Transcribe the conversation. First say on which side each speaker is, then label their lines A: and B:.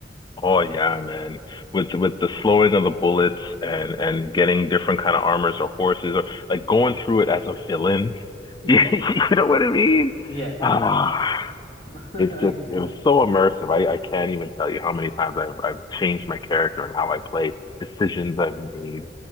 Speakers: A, on the left; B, on the left.
A: Oh yeah, man. With with the slowing of the bullets and and getting different kind of armors or horses or like going through it as a villain. <laughs>
B: Yeah,
A: You know what I mean?
B: yeah,
A: Ah,
B: <laughs>
A: it's
B: I
A: just
B: agree.
A: it was so immersive. I I can't even tell you how many times I've I've changed my character and how I play, decisions I've made,